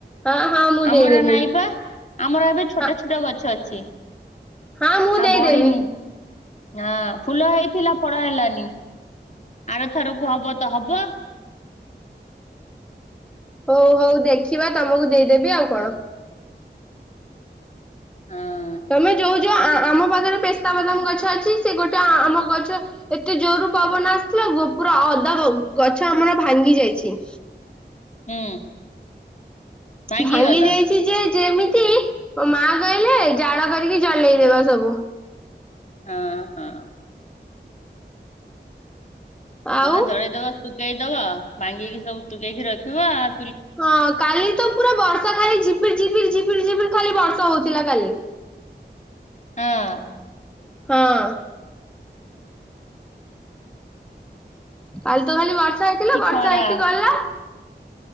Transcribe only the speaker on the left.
ଆମର ନାଇଁ ପା। ଆମର ଏବେ ଛୋଟ
ଛୋଟ ଗଛ ଅଛି।
ଆଉ
ବଡିନି ହଁ ଫୁଲ ହେଇଥିଲା ଫଳ ହେଲାନି। ଆର ଥରକୁ ହବତ ହବ।
ହଁ।
ହୁଁ। ଭାଙ୍ଗିଗଲା
ହଁ- ହଁ।
ହଁ ଜଳେଇଦବ ସୁକେଇଦବ ଭାଙ୍ଗିକି ସବୁ ଶୁକେଇକି ରଖିବ ଆ -ଆ
ହଁ -ଅଁ।
କି
ଖରା